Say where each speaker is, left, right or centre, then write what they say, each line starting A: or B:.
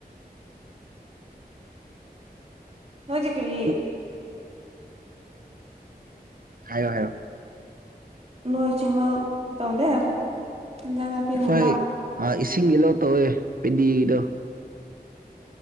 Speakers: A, on the right; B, on the right.
A: ꯅꯣꯏꯗꯤ ꯀꯔꯤ
B: ꯎꯝ ꯍꯥꯏꯌꯣ ꯍꯥꯏꯌꯣ
A: ꯃꯣꯏ ꯆꯤꯡ ꯉꯧ ꯇꯧꯗꯦ ꯏꯟꯖꯥꯡ ꯅꯥꯄꯤꯒꯨꯝꯕ
B: ꯑꯩꯈꯣꯏ ꯑ ꯏꯁꯤꯡꯒꯤ ꯂꯧ ꯇꯧꯋꯦ ꯄꯦꯗꯤꯒꯤꯗꯣ